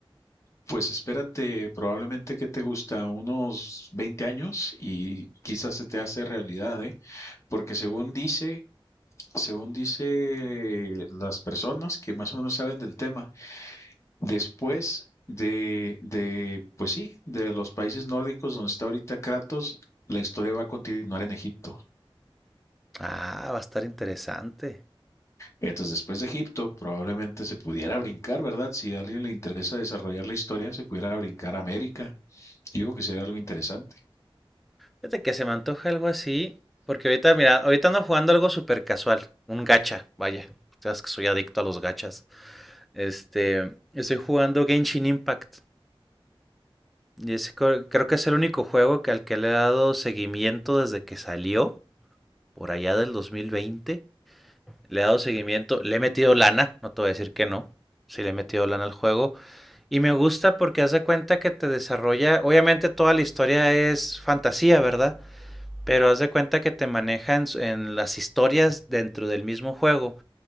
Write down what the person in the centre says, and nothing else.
Ah, va a estar interesante.
Fíjate que se me antoja algo así, porque ahorita, mira, ahorita ando jugando algo súper casual, un gacha, vaya, sabes que soy adicto a los gachas. Este, estoy jugando Genshin Impact, y es co- creo que es el único juego que al que le he dado seguimiento desde que salió, por allá del dos mil veinte Le he dado seguimiento, le he metido lana, no te voy a decir que no, sí le he metido lana al juego. Y me gusta porque haz de cuenta que te desarrolla, obviamente toda la historia es fantasía, ¿verdad? Pero haz de cuenta que te maneja en, en las historias dentro del mismo juego.